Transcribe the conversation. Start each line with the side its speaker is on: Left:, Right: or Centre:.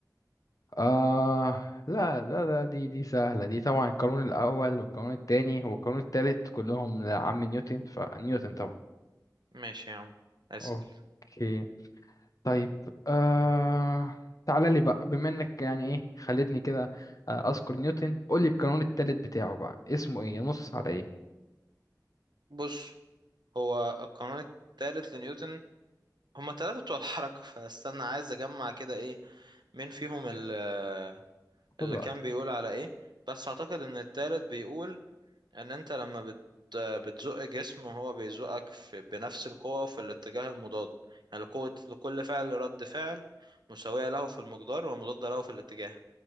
Left: آه لا ده ده دي دي سهله دي طبعا القانون الاول والقانون الثاني والقانون الثالث كلهم لعم نيوتن فنيوتن طبعا
Right: ماشي يا عم اسأل
Left: اوكي طيب آه تعالى لي بقى بما انك يعني ايه خلتني كده آه، اذكر نيوتن قول لي القانون الثالث بتاعه بقى اسمه ايه ينص على ايه
Right: بص هو القانون الثالث لنيوتن هما التلاتة بتوع الحركة فاستنى عايز أجمع كده إيه مين فيهم ال-
Left: خد
Right: اللي
Left: وقتك
Right: كان بيقول على إيه بس أعتقد إن التالت بيقول ان انت لما بت بتزق جسم وهو بيزقك في بنفس القوة وفي الاتجاه المضاد يعني لقوة لكل فعل رد فعل مساوية له في المقدار ومضادة له في الاتجاه